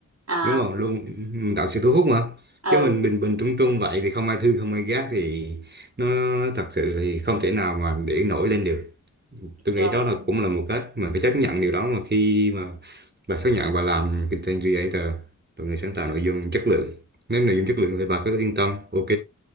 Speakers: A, on the right (about 50°); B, on the right (about 30°).
A: à
B: đúng không luôn mình tạo sự thu hút mà
A: ừ
B: chứ mình bình bình trung trung vậy thì không ai thương không ai ghét thì nó thật sự thì không thể nào mà để nổi lên được tôi nghĩ
A: rồi
B: đó là cũng là một cách mình phải chấp nhận điều đó mà khi mà bà xác nhận bà làm content creator rồi người sáng tạo nội dung chất lượng nếu nội dung chất lượng thì bà cứ yên tâm ok